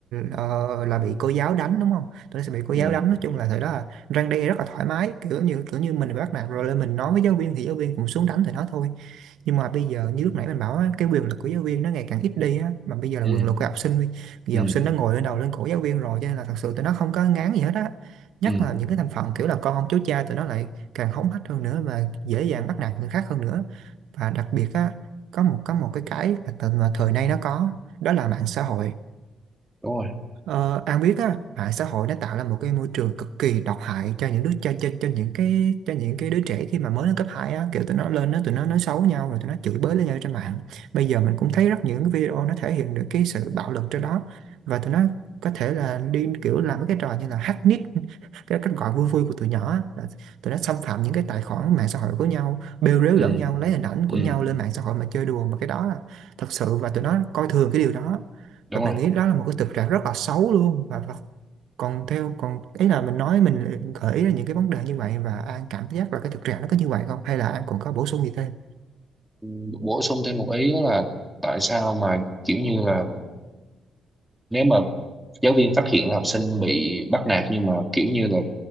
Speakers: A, on the right; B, in the centre.
A: ờ, là bị cô giáo đánh đúng không tụi nó sẽ bị cô
B: Ừ.
A: giáo đánh nói chung là thời đó là răn đe rất là thoải mái kiểu như kiểu như mình bị bắt nạt rồi lên mình nói với giáo viên thì giáo viên cũng xuống đánh tụi nó thôi nhưng mà bây giờ như lúc nãy mình bảo á, cái quyền lực của giáo viên nó ngày càng ít đi á mà bây giờ là
B: Ừ.
A: quyền lực của học sinh bây
B: Ừ.
A: giờ học sinh nó ngồi lên đầu lên cổ giáo viên rồi cho nên là thật sự tụi nó không có ngán gì hết á nhất
B: Ừ.
A: là những cái thành phần kiểu là con ông cháu cha tụi nó lại càng hống hách hơn nữa và dễ dàng bắt nạt người khác hơn nữa và đặc biệt á có một có một cái cái mà, tận- mà thời nay nó có đó là mạng xã hội
B: đúng rồi
A: Ờ, An biết á, mạng xã hội nó tạo ra một cái môi trường cực kỳ độc hại cho những đứa cho, cho, cho những cái cho những cái đứa trẻ khi mà mới lên cấp 2 á, kiểu tụi nó lên nó tụi nó nói xấu nhau rồi tụi nó chửi bới lên nhau trên mạng. Bây giờ mình cũng thấy rất những cái video nó thể hiện được cái sự bạo lực trên đó và tụi nó có thể là đi kiểu làm mấy cái trò như là hack nick <laughs> cái cách gọi vui vui của tụi nhỏ á, là tụi nó xâm phạm những cái tài khoản mạng xã hội của nhau, bêu rếu
B: ừ.
A: lẫn nhau, lấy hình ảnh
B: Ừ.
A: của nhau lên mạng xã hội mà chơi đùa mà cái đó là thật sự và tụi nó coi thường cái điều đó
B: đúng
A: và
B: rồi
A: mình nghĩ đó là một cái thực trạng rất là xấu luôn và, và còn theo còn ý là mình nói mình lại gợi ý ra những cái vấn đề như vậy và An cảm giác là cái thực trạng nó có như vậy không hay là An còn có bổ sung gì thêm
B: Ừ, bổ sung thêm một ý đó là tại sao mà kiểu như là nếu mà giáo viên phát hiện là học sinh bị bắt nạt nhưng mà kiểu như là